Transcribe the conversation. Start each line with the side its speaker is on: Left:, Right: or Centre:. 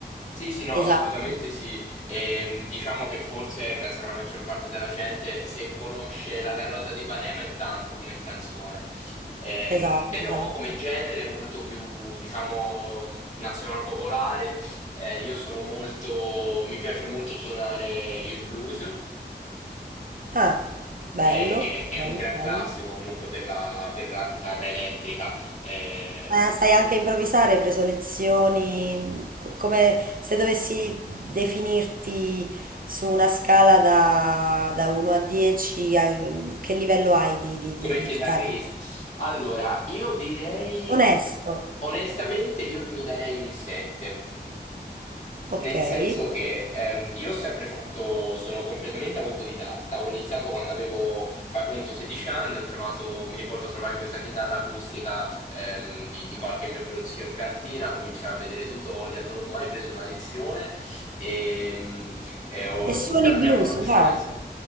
Left: Sì, sì, no,
Right: Esatto,
Left: assolutamente sì. Ehm, diciamo che forse penso che la maggior parte della gente, se conosce La Carlotta di Panema è tanto come canzone. Ehm,
Right: esatto,
Left: però
Right: esatto.
Left: come genere è molto più, diciamo, nazional popolare. Eh, io sono molto, mi piace molto suonare il blues.
Right: Ah, bello,
Left: eh, che, che è
Right: bello,
Left: un gran
Right: bello.
Left: classico comunque per la, per la chitarra elettrica ehm,
Right: Ma sai anche improvvisare, hai preso lezioni, qu- come se dovessi definirti su una scala da, da 1 a 10, a- che livello hai di, di,
Left: come
Right: di, di
Left: chitarrista.
Right: chitarra?
Left: Allora, io direi
Right: Onesto,
Left: onestamente io mi darei un 7.
Right: ok.
Left: Nel
Right: E
Left: senso che ehm, io ho sempre fatto, sono completamente autodidatta, ho iniziato quando avevo, fai conto, 16 anni, ho trovato, mi ricordo trovai questa chitarra acustica ehm, di, di qualche mio prozio in cantina, cominciai a vedere tutorial, non ho mai preso una lezione e, e ho
Right: suoni
Left: tutta la
Right: blues,
Left: mia conoscenza.
Right: wow.